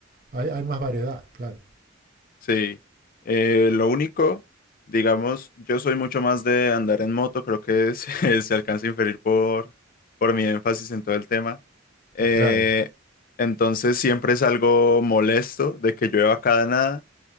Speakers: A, on the right; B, on the left.
A: hay, hay más variedad, claro.
B: sí. Eh, lo único, digamos, yo soy mucho más de andar en moto, creo que se, <laughs> se alcanza a inferir por, por mi énfasis en todo el tema. Eh,
A: Y Claro.
B: entonces siempre salgo molesto de que llueva cada nada.